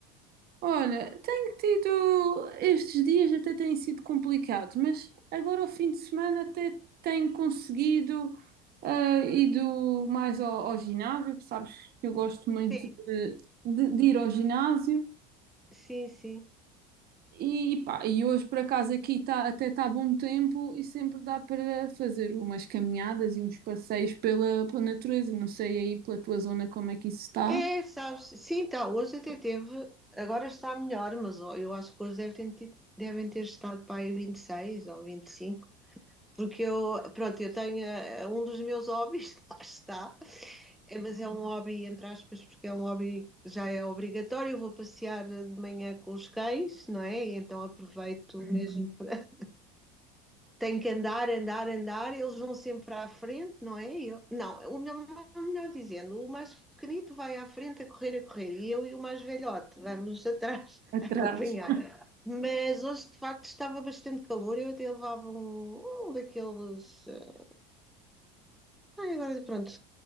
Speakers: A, on the right; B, in the centre.
A: Olha, tenho tido estes dias até têm sido complicados, mas agora ao fim de semana até tenho conseguido ah, ido mais ao, ao ginásio, que sabes que eu gosto muito
B: Sim,
A: de, de- de ir ao ginásio
B: sim, sim.
A: E, pá, e hoje por acaso aqui tá, até está bom tempo e sempre dá para fazer umas caminhadas e uns passeios pela, pela natureza. Não sei aí pela tua zona como é que isso está.
B: É, sabes, sim, tá, hoje até teve, agora está melhor, mas ó, eu acho que hoje deve ter tido- devem ter estado para aí 26 ou 25, porque eu, pronto, eu tenho, eh, um dos meus hobbies, <laughs> lá está, É, mas é um hobby, entre aspas, porque é um hobby que já é obrigatório. Eu vou passear de manhã com os cães, não é? Então aproveito mesmo. para- Tenho que andar, andar, andar. Eles vão sempre à frente, não é? Eu- Não, o melhor, melhor dizendo, o mais pequenito vai à frente a correr, a correr. E eu e o mais velhote vamos <laughs> atrás
A: Atrás.
B: a acompanhar. Mas hoje, de facto, estava bastante calor. Eu até levava um, um daqueles. eh, Ai, agora pronto,